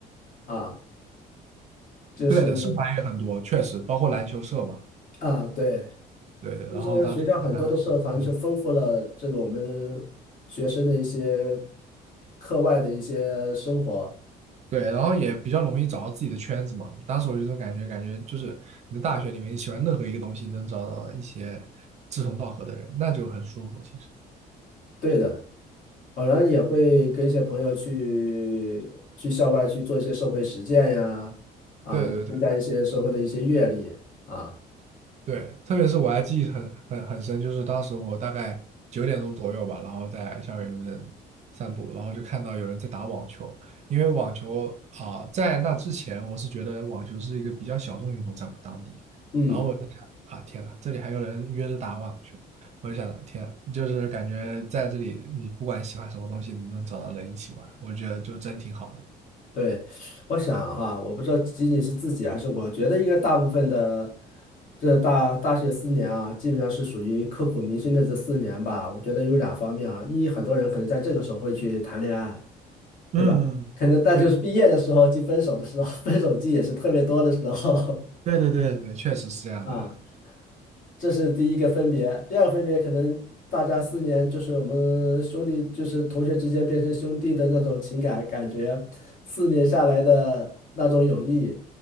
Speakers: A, on the left (about 50°); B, on the right (about 40°).
A: 啊，就是
B: 对的，社团也很多，确实包括篮球社嘛，
A: 啊，对，
B: 对。
A: 所以说学校很多的社团是丰富了这个我们学生的一些
B: 然后当时嗯
A: 课外的一些生活。
B: 对，然后也比较容易找到自己的圈子嘛。当时我有一种感觉，感觉就是你在大学里面，你喜欢任何一个东西，能找到一些志同道合的人，那就很舒服。其实，
A: 对的。偶然后也会跟一些朋友去去校外去做一些社会实践呀，啊，
B: 对对对。
A: 也增加一些社会的一些阅历啊。
B: 对，特别是我还记忆很很很深，就是当时我大概九点钟左右吧，然后在校园里面散步，然后就看到有人在打网球。因为网球啊、在那之前我是觉得网球是一个比较小众运动，在我们当地。
A: 嗯，
B: 然后我在想啊，天呐，这里还有人约着打网球，我就想，天呐，就是感觉在这里，你不管喜欢什么东西，你能找到人一起玩，我觉得就真挺好的。
A: 对，我想哈，我不知道仅仅是自己还是我觉得应该大部分的这大大学四年啊，基本上是属于刻骨铭心的这四年吧。我觉得有两方面啊，一很多人可能在这个时候会去谈恋爱，
B: 嗯，
A: 对吧？
B: 嗯对，
A: 可能那就是毕业的时候，即分手的时候，<laughs> 分手季也是特别多的时候
B: 对对对，对，确实是这样的。
A: <laughs> 啊。这是第一个分别。第二个分别可能大家四年就是我们兄弟，就是同学之间变成兄弟的那种情感感觉，四年下来的那种友谊，